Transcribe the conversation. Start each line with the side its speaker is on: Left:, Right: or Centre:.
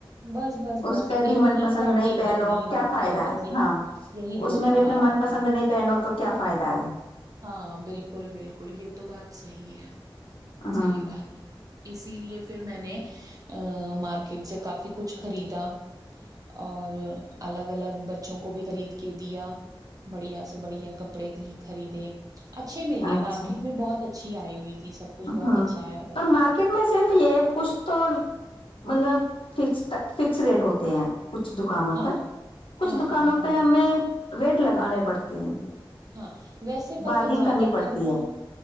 Right: بس بس
Left: اس
Right: بس
Left: پہ بھی
Right: ایک
Left: من
Right: عید
Left: پسند
Right: آتی
Left: نہیں
Right: ہے ایک
Left: پہنو
Right: بکری عید
Left: کیا
Right: آتی
Left: فائدہ
Right: بس
Left: ہے
Right: یہی
Left: ہاں
Right: یہی دو
Left: اس میں
Right: تیوہار
Left: بھی اپنا من
Right: آتے
Left: پسند
Right: ہیں
Left: نہیں پہنو تو کیا فائدہ ہے
Right: ہاں بالکل بالکل یہ تو بات صحی ہے بالکل بالکل
Left: ہاں
Right: صحیح بات ہے اسی لیے پھر میں نے مارکی کٹ سے کافی کچھ خریدا اور الگ الگ بچوں کو بھی خرید کے دیا بڑیا ا سے بڑیا کپڑے خرید اچھے مل گئے
Left: اچھا
Right: مارکیٹ میں بہت پچھی آئی ہوئی تھی سب کچھ بہت
Left: ہاں
Right: اچھا آیا ہوا
Left: پر
Right: تھا
Left: مارکیٹ میں صرف یہ کچھ تو مطلب فکس فکس ریٹ ہوتے ہیں کچھ دکانوں
Right: ہاں
Left: پر کچھ
Right: ہاں,
Left: دکانوں
Right: ہاں, ہاں,
Left: پہ
Right: ہاں,
Left: ہمیں ویٹ لگانے پڑتے ہیں
Right: ہاں ویسے پت
Left: بارگنگ
Right: زیادہ
Left: کرنی
Right: ترنا
Left: پڑتی ہے